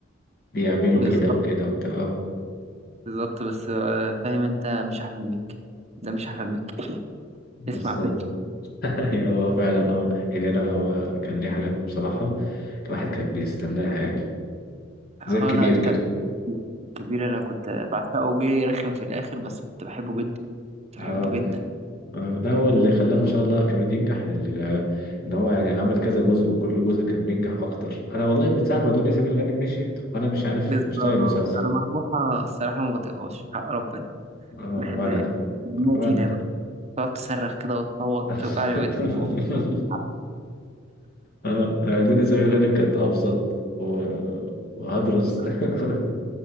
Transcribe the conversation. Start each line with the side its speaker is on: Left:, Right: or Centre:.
Left: بيعملوا
Right: بالظبط
Left: كده وكده وبتاع آه.
Right: بالظبط بس آه، فاهم انت مش احمد مكي ده مش احمد مكي <laughs>
Left: بالظبط
Right: اسمع مني
Left: ايوه هو فعلا اه يعني لا هو كان ليه حاجات بصراحة الواحد كان بيستناها يعني زي الكبير
Right: اه لا انت
Left: كده
Right: الكبير انا كنت بعشقه جه رخم في الاخر بس كنت بحبه جدا كنت
Left: اه
Right: بحبه جدا
Left: اه لا هو اللي خلاه ما شاء الله كمان ينجح ال- ان هو يعني عمل كذا جزء وكل جزء كان بينجح اكتر انا والله من ساعة ما دنيا سمير غانم مشيت وانا مش عارف
Right: بالظبط
Left: مش طايق المسلسل
Right: انا مربوحه الصراحه ما بطيقهاش حق ربنا
Left: اه
Right: ما بحبهاش
Left: وانا
Right: دمها
Left: وانا
Right: تقيل قوي تقعد تصرخ كده وتصوت
Left: <laughs>
Right: توجع لي ودني <laughs> وودني
Left: اه يعني دنيا سمير غانم كانت ابسط و... وهدرس
Right: تعبانة.
Left: <laughs>